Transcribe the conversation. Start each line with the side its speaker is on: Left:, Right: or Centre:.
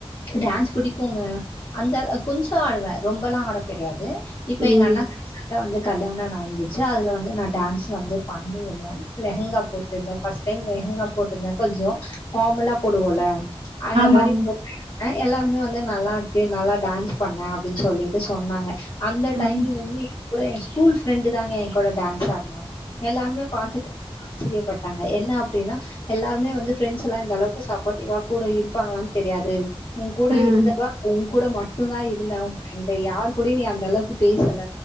Left: டான்ஸ் புடிக்குங்க அந்த கொஞ்ச ஆடுவே ரொம்பெல்லா ஆட தெரியாது இப்ப
Right: ம்.
Left: எங்க அண்ணாக்கு ரீசண்டா வந்து கல்யாண நடந்துச்சு அதுல வந்து நா டான்ஸ் வந்து பண்ணிருந்தே லெஹங்கா போட்ருந்தே ஃபஸ்ட் டைம் லெஹங்கா போட்ருந்தே கொஞ்சொ ஃபார்மலா போடுவோல அந்த
Right: ஆமாமா.
Left: மாரி போட்டு அ எல்லாருமே வந்து நல்லா இருக்கு நல்லா டான்ஸ் பண்ண அப்டின் சொல்லிட்டு சொன்னாங்க அந்த
Right: ம்.
Left: டைம்ல இருந்து இன்னி கூட எ ஸ்கூல் ஃப்ரெண்டு தாங்க எ கூட டான்ஸ் ஆடுனா எல்லாருமே பாத்துட்டு ஆச்சரியப்பட்டாங்க என்ன அப்டின்னா எல்லாருமே வந்து ஃப்ரெண்ட்ஸ்லா இந்த அளவுக்கு சப்போட்டிவா கூட இருப்பாங்களான்னு தெரியாது உ கூட
Right: ம்.
Left: இருந்தவ உ கூட மட்டுதா இருந்தா உ ஃப்ரெண்டு யார் கூடயு நீ அந்த அளவுக்கு பேசல